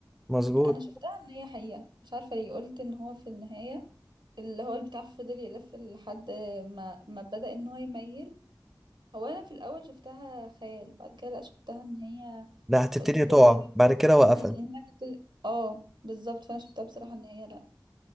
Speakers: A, in the centre; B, on the right.
A: مظبوط
B: لا انا شفتها ان هي حقيقة مش عارفة ليه قلت ان هو في النهاية اللي هو البتاع فضل يلف لحد ما ما بدأ ان هو يميل هو انا في الاول شفتها خيال بعد كده لا شفتها ان هي
A: لا هتبتدي
B: ف- فضل
A: تقع
B: يلف
A: بعد كده وقفل
B: أمم، هي تبتدي اه بالظبط فانا شفتها بصراحة ان هي لا